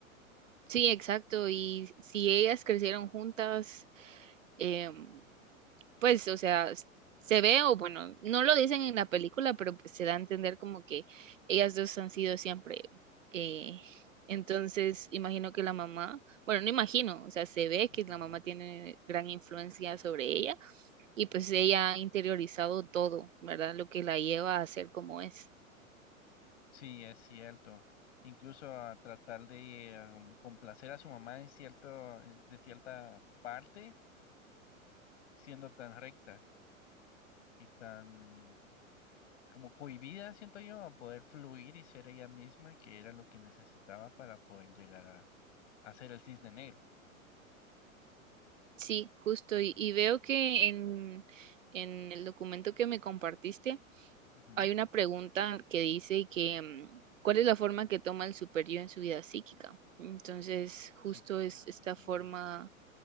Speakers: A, on the right; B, on the left.
A: Sí, exacto. Y si ellas crecieron juntas, em, pues, o sea, s- se ve, o bueno, no lo dicen en la película, pero pues se da a entender como que ellas dos han sido siempre. eh, entonces, imagino que la mamá, bueno, no imagino, o sea, se ve
B: Ujú.
A: que la mamá tiene gran influencia sobre ella y pues ella ha interiorizado todo, ¿verdad? Lo que la lleva a ser como es.
B: Sí, es cierto. Incluso a tratar de em, complacer a su mamá en cierto, en- de cierta parte, siendo tan recta y tan como cohibida, siento yo, a poder fluir y ser ella misma, que era lo que necesitaba para poder llegar a hacer el cisne negro.
A: Sí, justo. Y, y veo que en, en el documento que me compartiste
B: Ujú,
A: hay una pregunta que dice que mm, ¿cuál es la forma que toma el superior en su vida psíquica? Entonces, justo
B: Psíquica.
A: es esta
B: ujú,
A: forma